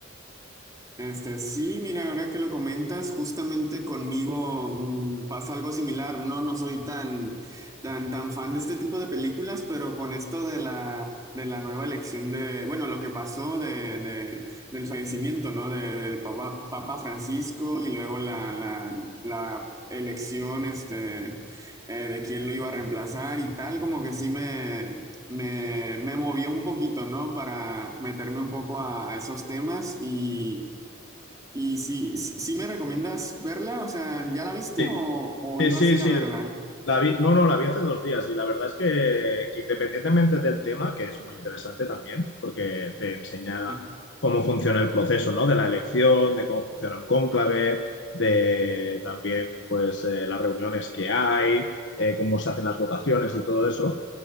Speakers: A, on the right; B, on the left.
A: Este, sí, mira, ahora que lo comentas, justamente conmigo mm, pasa algo similar. No, no soy tan, tan, tan fan de este tipo de películas, pero con esto de la, de la nueva elección de, bueno, lo que pasó de, de- del fallecimiento, ¿no? De- del Papa, Papa Francisco y luego la, la, la elección, este, eh, de quién lo iba a reemplazar y tal, como que sí me, me, me movió un poquito, ¿no? Para meterme un poco a a esos temas y, y si, si, si me recomiendas verla, o sea, ¿ya la viste
B: Sí,
A: o, o
B: sí,
A: ibas
B: sí,
A: a ir
B: sí,
A: a verla?
B: La vi, no, no, la vi hace dos días y la verdad es que, que independientemente del tema, que es muy interesante también, porque te enseña
A: Mm,
B: cómo funciona el proceso, ¿no? De la elección, de cómo funciona un cónclave, de también, pues, eh, las reuniones que hay, eh, cómo se hacen las votaciones y todo eso.